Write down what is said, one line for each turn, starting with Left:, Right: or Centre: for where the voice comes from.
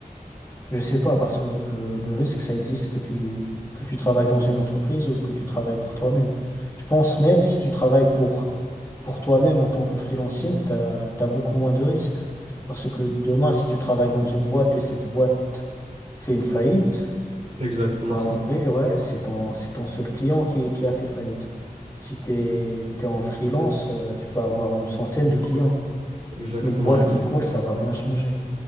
Left: je sais pas, parce que que le risque, ça existe que tu, que tu travailles dans une entreprise ou que tu travailles pour toi-même. Je pense même si tu travailles pour, pour toi-même en tant que freelancing, t'as, t'as beaucoup moins de risques. Parce que demain, si tu travailles dans une boîte et cette boîte fait une faillite,
Right: C'est exactement
Left: bah,
Right: ça.
Left: en vrai, ouais, c'est ton, c'est ton seul client qui, qui a fait faillite. Si t'es, t'es en freelance, euh, tu peux avoir une centaine de clients.
Right: Exactement,
Left: Une boîte
Right: et
Left: qui
Right: toi,
Left: coule, ça va rien changer.